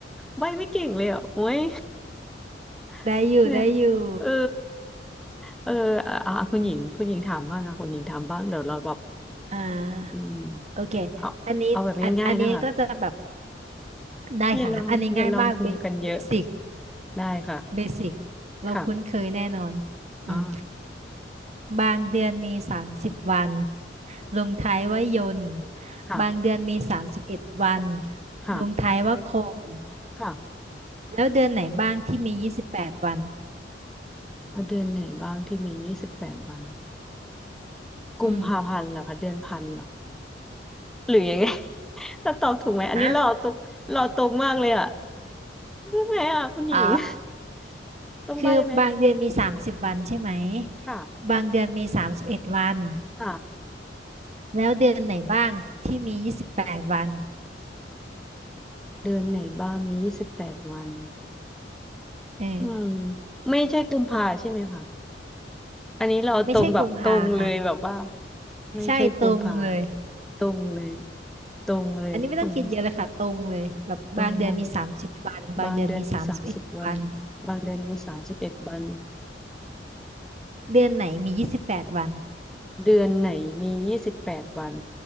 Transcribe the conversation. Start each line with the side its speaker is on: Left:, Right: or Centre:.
Centre: ใบ้ไม่เก่งเลยอ่ะโอ้ย
Right: ได้อยู่ได้อยู่
Centre: <laughs> เนี่ยเออเอออ่ะอ่ะคุณหญิงคุณหญิงถามบ้างนะคุณหญิงถามบ้างเดี๋ยวเราแบบ
Right: อ่าโอเค
Centre: อืมเอาเอาแบบง่ายๆนะคะ
Right: อันนี้อันอันนี้ก็จะแบบ <coughs> ได้ค่ะอันนี้ง่ายมากเบเสิก
Centre: อย่าลองอย่าลองปรุงกันเยอะได้ค่ะ
Right: เบสิกเราคุ้นเคยแน่นอน
Centre: ค่ะอ่า
Right: อืมบางเดือนมีสามสิบวันลงท้ายว่ายนต์
Centre: ค่ะ
Right: บางเดือนมีสามสิบเอ็ดวัน
Centre: ค่ะ
Right: ลงท้ายว่าคม
Centre: ค่ะ
Right: แล้วเดือนไหนบ้างที่มียี่สิบแปดวัน
Centre: เอาเดือนไหนบ้างที่มียี่สิบแปดวันกุมภาพันธ์เหรอคะเดือนพันเหรอ
Right: อืม
Centre: หรือยังไง <laughs> เรา <laughs> ตอบถูกไหมอันนี้เราอตรงเราอตรงมากเลยอ่ะ
Right: ฮะ
Centre: ใช่ไหมอ่ะคุณหญิง
Right: อ๋อ
Centre: <laughs> ต้องใบ้ไหม
Right: คือบางเดือนมีสามสิบวันใช่ไหม
Centre: ค่ะ
Right: บางเดือนมีสามสิบเอ็ดวัน
Centre: ค่ะ
Right: แล้วเดือนไหนบ้างที่มียี่สิบแปดวัน
Centre: เดือนไหนบ้างมียี่สิบแปดวัน
Right: เออ
Centre: อืมไม่ใช่กุมภาใช่ไหมคะอันนี้เรอาตรงแบบตรงเลยแบบว่า
Right: ไม่ใช่กุมภาค่ะ
Centre: ไม่ใช่กุมภา
Right: ใช่ตรงเลย
Centre: ตรงเลย ตรงเลยตรง
Right: อันนี้ไม่ต้องคิดเยอะเลยค่ะตรงเลยแบบบางเดือนมีสามสิบวันบางเดือนมีสามสิบเอ็ดวัน
Centre: ตรงวันบางเดือนมีสามสิบวันบางเดือนมีสามสิบเอ็ดวัน
Right: เดือนไหนมียี่สิบแปดวัน
Centre: เดือนไหนมียี่สิบแปดวัน